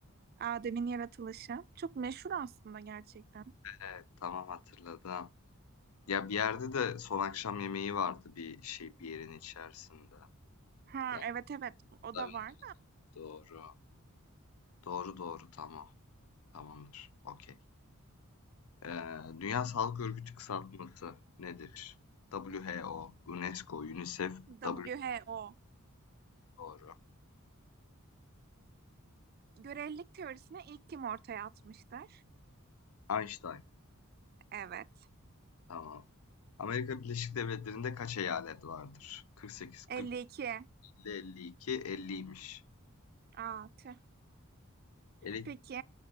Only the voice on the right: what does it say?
Adem'in yaratılışı. Çok meşhur aslında gerçekten.
Ha
evet evet o
da
var
da
W H O.
Görelilik teorisini ilk kim ortaya atmıştır?
Evet.
52.
Aa, tüh.
Peki